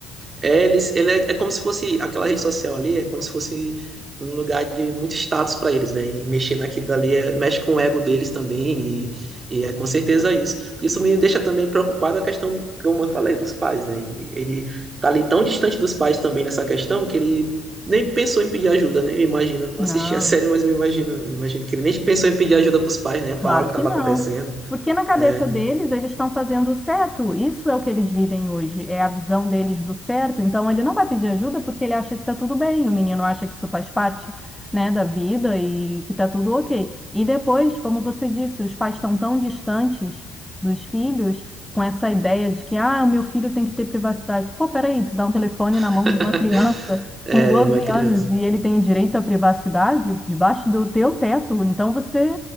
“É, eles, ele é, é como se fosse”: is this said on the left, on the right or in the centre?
Right